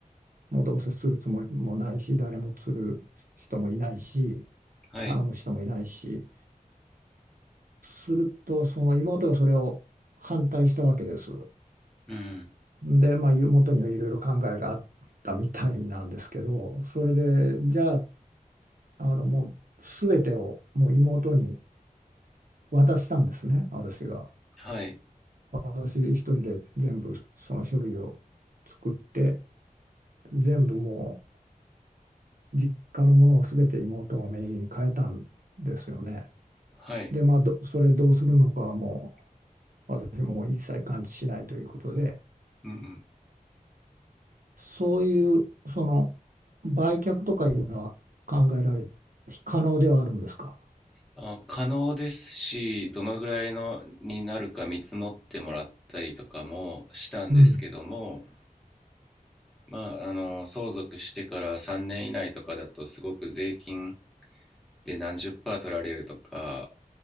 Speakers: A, on the right (about 70°); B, in the centre.
A: もうどうせするつもりもないし、誰も釣る人もいないし、
B: はい
A: 頼む人もいないし、すると、その妹がそれを反対したわけです。
B: うん
A: で、まあ、元にはいろいろ考えがあったみたいなんですけど、それで、じゃあ、あの、もう全てをもう妹に渡したんですね、私が。
B: はい
A: 私一人で全部その書類を作って、全部もう実家のものを全て妹の名義に変えたんですよね。
B: はい
A: で、まあ、どそれどうするのかはもう私も一切関知しないということで、
B: うん。
A: そういうその売却とかいうのは考えられ、可能ではあるんですか。
B: あ、可能ですし、どのぐらいのになるか見積もってもらったりとかもしたんですけども、
A: うん。
B: まあ、あの、相続してから3年以内とかだとすごく税金で何十パー取られるとか